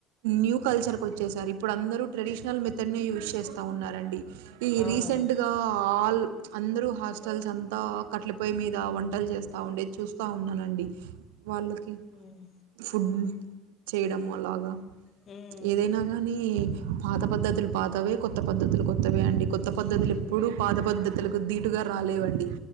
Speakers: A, on the right; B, on the left.
A: న్యూ కల్చర్ కు వచ్చేశారు ఇప్పుడుందరూ ట్రెడిషనల్ మెథడ్ నే యూస్ చేస్తా ఉన్నారండి ఈ
B: అవునండి
A: రీసెంట్గా ఆల్ అందరూ హాస్టల్స్ అంతా కట్లపొయ్యి మీద వంటలు చేస్తా ఉండే చూస్తా ఉన్నానండి వాళ్ళకి
B: మ్మ్
A: ఫుడ్ చేయడము అలాగా
B: మ్మ్
A: ఏదైనా కానీ పాత పద్ధతులు పాతవే కొత్త పద్ధతులు కొత్తవే అండి కొత్త పద్ధతులు ఎప్పుడు పాత పద్ధతులకు దీటుగా రాలేవండి